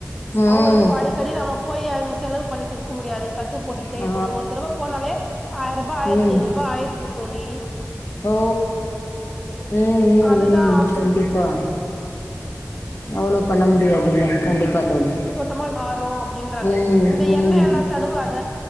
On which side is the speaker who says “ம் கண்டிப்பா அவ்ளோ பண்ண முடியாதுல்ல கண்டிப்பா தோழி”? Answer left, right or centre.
Left